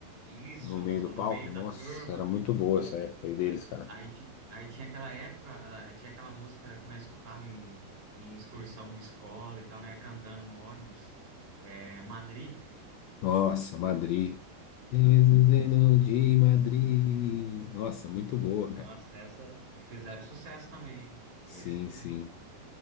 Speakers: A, on the right (about 40°); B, on the left (about 75°).
A: Isso,
B: no meio
A: no,
B: do
A: no
B: palco.
A: meio
B: Nossa,
A: da turma.
B: era muito boa essa época aí deles, cara.
A: Aí, ti- aí tinha aquela época, ah, tinha aquela música que nós escutava em, em excursão de escola e tal, né? Cantando no ônibus. É, Madrid.
B: Nossa, Madrid. Desenho de Madrid. Nossa, muito boa,
A: Nossa,
B: cara.
A: essa fizeram sucesso também, hein? Esse.
B: Sim, sim.